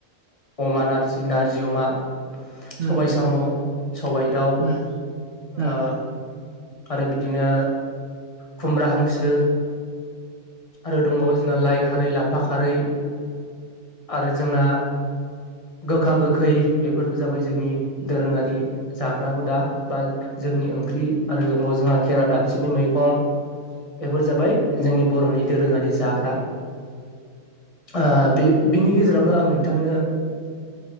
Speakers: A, on the left; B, on the right.
A: अमा नारजि, नारजि अमा।
B: उम
A: सबाय साम', सबाय दाउ ओ।
B: उम औ
A: आरो बिदिनो खुमब्रा हांसो। आरो दंबावो जोंना लाइ खारै, लाफा खारै आरो जोंना गोखा गोखै बेफोरबो जाबाय जोंनि दोरोङारि जाग्रा हुदा बा जोंनि ओंख्रि आरो ज जोंहा खेरा दाफिनि मैगं बेफोर जाबाय जोंनि बर'नि दोरोङारि जाग्रा। ओ बे बिनि गेजेरावनो आं नोंथांनो